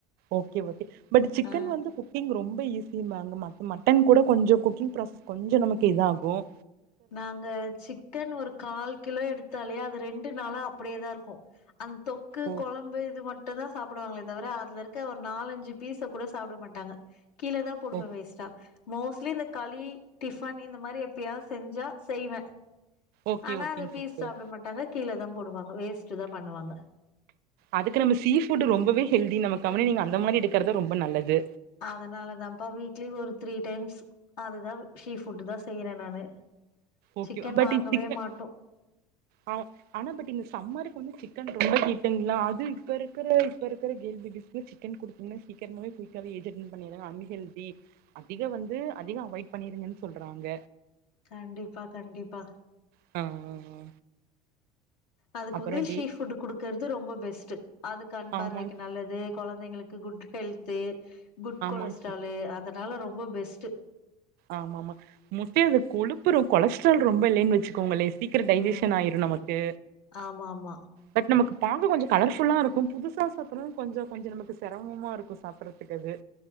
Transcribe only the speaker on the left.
ஆ
நாங்க சிக்கன் ஒரு கால் கிலோ எடுத்தாலே அது ரெண்டு நாளா அப்படியேதா இருக்கு அந்த தொக்கு
குழம்பு இது மட்டு தா சாப்ப சாப்படுவாங்களே தவிர அதுல இருக்க ஒரு நாலஞ்சு பீஸ கூட சாப்பட மாட்டாங்க கீழ தா போடுவ
வேஸ்ட்டா மோஸ்ட்லி இந்த களி டிஃபன் இந்த மாரி எப்பயாவது செஞ்சா செய்வ
ஆனா
அது பீஸ்
சாப்பட மாட்டாங்க கீழ தா போடுவாங்க வேஸ்டு தா பண்ணுவாங்க
அதனால தான்ப்பா வீக்லி ஒரு த்ரீ டைம்ஸ் அதுதா ஷீ ஃபுட் தா செய்யறே நானு
சிக்கன்
வாங்கவே
மாட்டோ
கண்டிப்பா கண்டிப்பா
அதுக்கு
உதய்
ஷீஃபுட் குடுக்கறது ரொம்ப பெஸ்ட் அது கண் பார்வைக்கு
நல்லது குழந்தைங்களுக்கு குட் ஹெல்து குட்
கொலஸ்ட்ரலு அத அதனால ரொம்ப பெஸ்ட்டு
ம்
ஆமா ஆமா